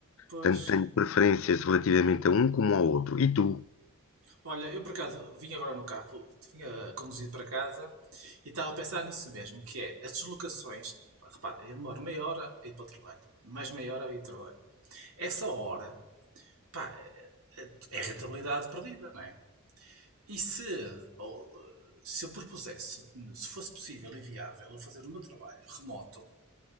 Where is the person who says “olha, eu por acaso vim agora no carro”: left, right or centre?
Right